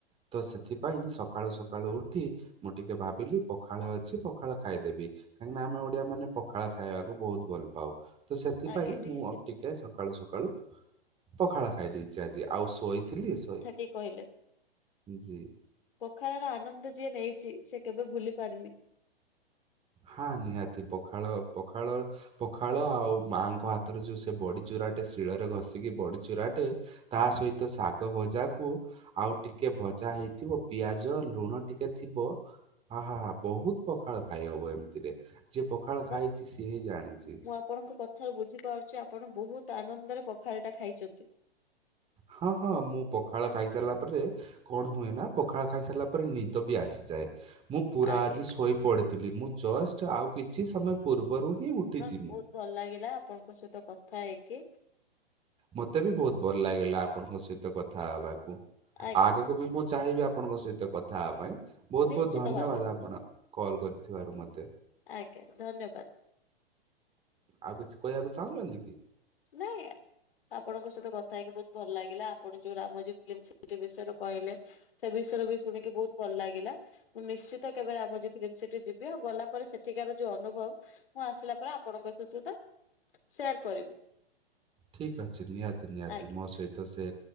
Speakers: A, on the right; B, on the left.
A: ତ ସେଥିପାଇଁ ସକାଳୁ ସକାଳୁ ଉଠି। ମୁଁ ଟିକେ ଭାବିଲି ପଖାଳ ଅଛି, ପଖାଳ ଖାଇଦେବି। କାହିଁକିନା, ଆମେ ଓଡିଆ ମାନେ ପଖାଳ ଖାଇବାକୁ, ବହୁତ୍ ଭଲ ପାଉ। ତ ସେଥିପାଇଁ,
B: ଆଜ୍ଞା ନିଶ୍ଚିତ
A: ମୁଁ ଅ ପ୍ ଟିକେ ସକାଳୁ ସକାଳୁ। ପଖାଳ ଖାଇ ଦେଇେଇଛି ଆଜି, ଆଉ ଶୋଇଥିଲି ଶୋଇ
B: କିଏ କହିଲେ?
A: ଜି।
B: ପଖାଳ ର ଆନନ୍ଦ ଯିଏ ନେଇଚି, ସେ କେବେ ଭୁଲି ପାରିନି।
A: ହାଁ, ନିହାତି ପଖାଳ ପଖାଳ ପଖାଳ ଆଉ ମାଆଙ୍କ ହାତରେ ଯୋଉ ସେ ବଡି ଚୁରାଟେ, ଶିଳରେ ଘଷିକି ବଡି ଚୁରାଟେ ତା ସହିତ ଶାଗ ଭଜାକୁ ଆଉ ଟିକେ ଭଜା ହେଇଥିବ। ପିଆଜ, ଲୁଣ ଟିକେ ଥିବ। ଆ, ହା, ହା ବହୁତ ପଖାଳ ଖାଇ ହବ। ଏମିତିରେ ଯିଏ ପଖାଳ
B: ବା
A: ଖାଇଚି ସିଏ ହିଁ ଜାଣିଚି।
B: ମୁଁ ଆପଣଙ୍କ କଥାରୁ ବୁଝିପାରୁଚି। ଆପଣ ବହୁତ ଆନନ୍ଦରେ ପଖାଳ ଟା ଖାଇଚନ୍ତି।
A: ହଁ, ହଁ ମୁଁ ପଖାଳ ଖାଇସାରିଲା ପରେ କଣ ହୁଏ ନା? ପଖାଳ ଖାଇ ସାରିଲା ପରେ ନିଦ ବି ଆସିଯାଏ। ମୁଁ ପୁରା
B: ଆଜ୍ଞା
A: ଆଜି ଶୋଇପଡ଼ିଥିଲି। ମୁଁ ଜଷ୍ଟ ଆଉ କିଛି ସମୟ ପୂର୍ବରୁ ହିଁ ଉଠିଚି।
B: ବା ବହୁତ ଭଲ ଲାଗିଲା, ଆପଣଙ୍କ ସହିତ କଥା ହେଇକି।
A: ମତେ ବି ବହୁତ ଭଲ ଲାଗିଲା ଆପଣଙ୍କ ସହିତ କଥା ହେବାକୁ।
B: ଆଜ୍ଞା
A: ଆଗ କୁ ବି ମୁଁ ଚାହିଁବି ଆପଣଙ୍କ ସହିତ କଥା ହେବା ପାଇଁ। ବହୁତ
B: ନିଶ୍ଚିତ
A: ବହୁତ ଧନ୍ୟବାଦ,
B: ଭାବରେ
A: ଆପଣ କଲ୍ କରିଥିବାରୁ ମତେ।
B: ଆଜ୍ଞା, ଧନ୍ୟବାଦ।
A: ଆଉ କିଛି କହିବାକୁ ଚାହୁଁଛନ୍ତି କି?
B: ନାଇଁ। ଆପଣଙ୍କ ସହିତ କଥା ହେଇକି ବହୁତ ଭଲ ଲାଗିଲା। ଆପଣ ଯୋଉ ରାମୋଜି ଫିଲିମ ସିଟି ବିଷୟରେ କହିଲେ ସବୁ ବିଷୟରେ ବି ଶୁଣିକି ବହୁତ ଭଲ ଲାଗିଲା। ମୁଁ ନିଶ୍ଚିତ କେବେ ରାମୋଜି ଫିଲ୍ମ ସିଟି ଯିବି। ଆଉ ଗଲା ପରେ ସେଠିକାର ଯୋଉ ଅନୁଭବ ମୁଁ ଆସିଲା ପରେ ଆପଣଙ୍କ ଚୁଚତ ସେୟାର କରିବି।
A: ଠିକ ଅଛି ନିହାତି ନିହାତି
B: ଆଜ୍ଞା
A: ମୋ ସହିତ ସେ